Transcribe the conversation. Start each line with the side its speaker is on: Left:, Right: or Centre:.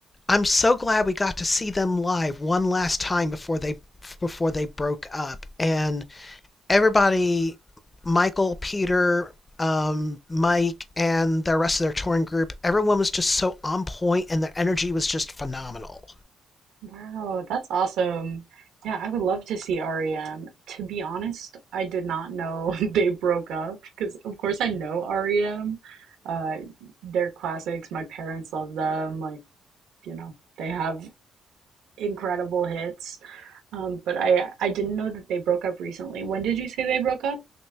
Left: I'm so glad we got to see them live one last time before they before they broke up. And everybody, Michael, Peter, um, Mike, and the rest of their touring group, everyone was just so on point, and their energy was just phenomenal.
Right: Wow, that's awesome. Yeah, I would love to see REM. To be honest, I did not know <laughs> they broke up because, of course, I know REM. Uh, they're classics. My parents love them. Like, you know, they have incredible hits. Um, but I I didn't know that they broke up recently. When did you say they broke up?